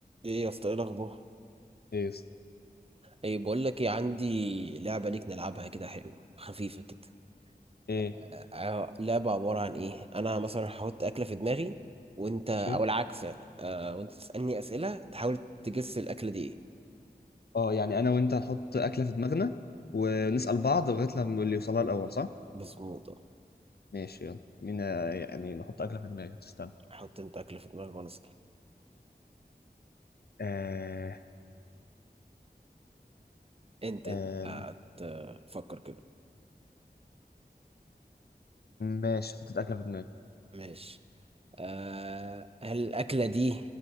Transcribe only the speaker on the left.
ايه يا اسطى؟
ايه
ماشي
اه يعني انا وانت هنحط اكله في دماغنا ونسال بعض لغايه لما اللي يوصلها الاول صح
ماشي يلا مين يعني نحط اكله في دماغي تستنى
آه
آه
ماشي حطيت اكله في دماغي